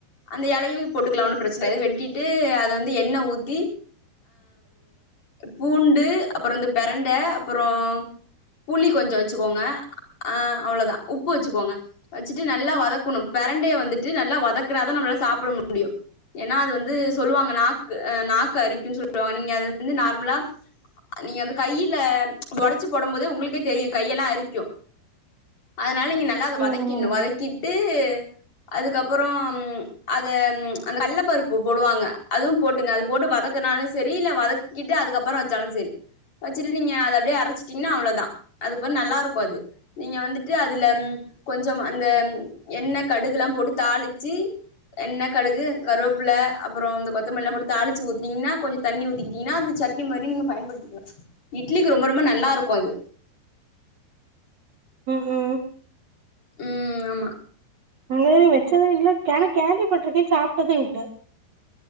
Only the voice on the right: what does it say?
ஆ
ஆமா
உ உ
அங்கயு வெச்சது இல்ல கா கேள்வி பட்ருக்கே ஆனா சாப்ட்டதே இல்ல